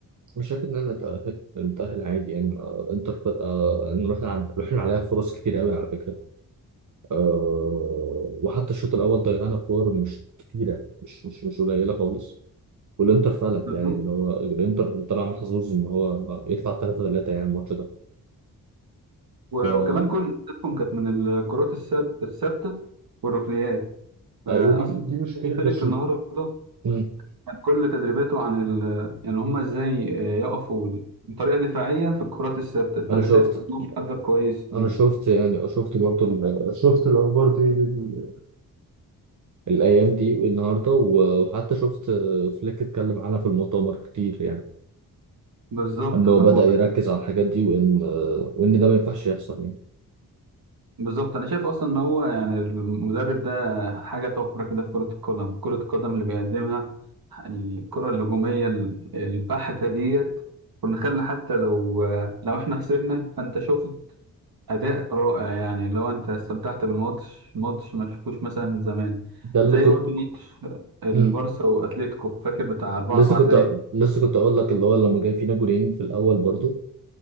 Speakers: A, on the right (about 50°); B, on the right (about 70°).
A: أنا شايف إن أنا نتأهل نتأهل عادي يعني ما- إنتر فرقة آه، إن رحنا عند- رحنا عليها فرص كتير قوي على فكرة آه وحتى الشوط الاول ضيعنا كور مش كتيره مش مش مش قليله خالص والانتر فلت
B: بالظبط.
A: يعني ان هو الانتر طلع محظوظ ان هو يطلع 3 3 يعني الماتش ده
B: و-
A: ف
B: وكمان كل اهدافهم كانت من الكرات الساب- الثابتة والركنيات آه،
A: هيقول دي
B: اصلا
A: دي مشكله
B: فيلك
A: برشلونه
B: النهارده
A: مم.
B: كان كل تدريباته عن ال... يعني هم ازاي آه، يقفوا بطريقة دفاعية في الكرات الثابتة فانا
A: انا شفت
B: شايف انه محضر كويس ليه
A: انا شفت يعني شفت برضو ال- شفت الاخبار دي ال- الايام دي والنهارده و- وحتى شفت فليك اتكلم عنها في المؤتمر كتير يعني
B: بالظبط
A: ان
B: هو
A: هو بدأ يركز على الحاجات دي وان وان ده ما ينفعش يحصل يعني
B: بالظبط انا شايف اصلا ان هو يعني المدرب ده حاجه طفره كده في كره القدم كره القدم اللي بيقدمها يعني الكره الهجوميه ال- البحته ديت كنا خلنا حتى لو لو احنا خسرنا فانت شفت اداء رائع يعني لو انت استمتعت بالماتش ماتش ما شفتوش مثلا من زمان
A: ده اللي
B: زي برضه ماتش البارسا
A: كنت
B: واتليتيكو فاكر بتاع 4
A: لسه
B: 4
A: كنت
B: تقريبا
A: لسه كنت اقول لك اللي هو لما كان فينا جولين في الاول برضو